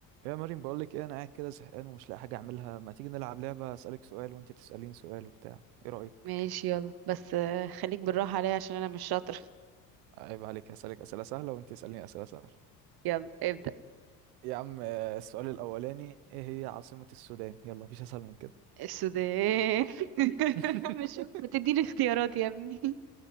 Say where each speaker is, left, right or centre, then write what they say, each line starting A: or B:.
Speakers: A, on the right; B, on the right.
A: يا مريم بقول لك ايه انا قاعد كده زهقان ومش لاقي حاجه اعملها ما تيجي نلعب لعبه اسالك سؤال وانت تساليني سؤال وبتاع ايه رايك
B: ماشي يلا بس آه، خليك بالراحة عليا عشان أنا مش شاطر
A: عيب عليك هسالك اسئله سهله وانت تساليني اسئله سهله
B: يلا ابدأ
A: يا عم آه، السؤال الاولاني ايه هي عاصمه السودان يلا مفيش اسهل من كده
B: السودان <laughs>
A: <laughs>
B: مش ما تديني اختيارات يا ابني